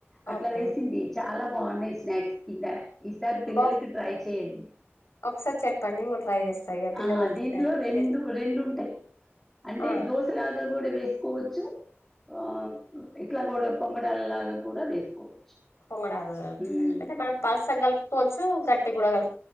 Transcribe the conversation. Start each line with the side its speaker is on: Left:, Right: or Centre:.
Centre: అట్లా
Left: ఓకే
Centre: వేసింది చాలా బాగున్నాయి స్నాక్స్ కింద ఈసారి పిల్లలకి
Left: బా
Centre: ట్రై చేయండి
Left: ఒకసారి చెప్పండి నేను కూడా ట్రై చేస్తా ఇక పిల్లలు
Centre: ఆ
Left: వచ్చే
Centre: దీంట్లో
Left: టైంకి
Centre: రెండు
Left: చేస్తా
Centre: రెండు ఉంటాయి అంటే
Left: ఆ
Centre: దోశ లాగా కూడా వేసుకోవచ్చు ఆ ఇట్లా కూడా పొంగనాల లాగా కూడా వేసుకోవచ్చు
Left: పొంగడాలనా
Centre: ఉమ్.
Left: అంటే మనం పల్సాగ కలుపుకోవచ్చు గట్టిగా కూడా కలు